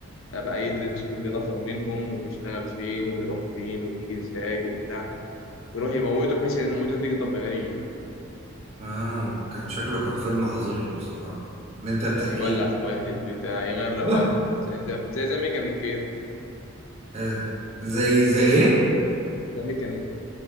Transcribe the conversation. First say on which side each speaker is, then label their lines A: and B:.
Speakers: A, on the left; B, on the right.
A: ده بقى يدرس كل نفر منهم وبيشتغل فين وبيروح فين وبيجي ازاي وبتاع ويروح يموته بحيث ان الموتة تيجي طبيعية
B: اه كان شكله كان فيلم عظيم بصراحه
A: مم،
B: اللي انت بتحكيه
A: يعني يولع
B: ده
A: في واحد بتاع يغرق
B: آه.
A: واحد زي زي زي, زي ميكانيك كده
B: آه. زي زي ايه
A: زي ميكانيك